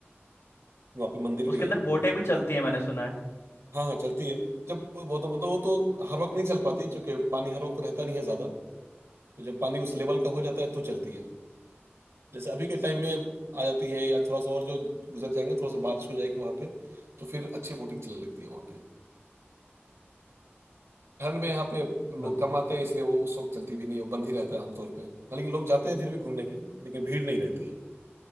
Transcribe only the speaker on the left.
उसके
अंदर बोटें भी चलती हैं मैंने सुना है
मे-